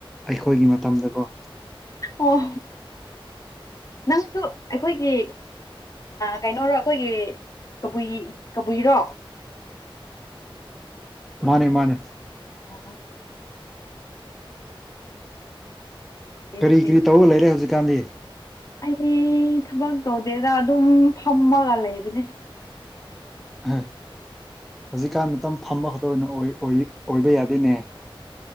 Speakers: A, in the centre; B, on the left (about 40°).
A: ꯑꯩꯈꯣꯏꯒꯤ ꯃꯇꯝꯗꯀꯣ
B: ꯑꯣ ꯅꯪꯁꯨ ꯑꯩꯈꯣꯏꯒꯤ ꯀꯩꯅꯔꯣ ꯑꯩꯈꯣꯏꯒꯤ ꯀꯕꯨꯏ ꯀꯕꯨꯏꯔꯣ
A: ꯃꯥꯅꯦ ꯃꯥꯅꯦ
B: ꯑꯣ ꯐꯩꯌꯦ
A: ꯀꯔꯤ
B: ꯐꯩꯌꯦ
A: ꯀꯔꯤ ꯇꯧꯔ ꯂꯩꯔꯦ ꯍꯧꯖꯤꯛ ꯀꯥꯟꯗꯤ
B: ꯑꯩ ꯊꯕꯛ ꯇꯧꯗꯦꯗ ꯑꯗꯨꯝ ꯐꯝꯃꯒ ꯂꯩꯕꯅꯦ
A: ꯍ ꯍꯧꯖꯤꯛꯀꯥꯟ ꯃꯇꯝ ꯐꯝꯕ ꯈꯛꯇ ꯑꯣꯏ- ꯑꯣꯏ ꯑꯣꯏꯕ ꯌꯥꯗꯦꯅꯦ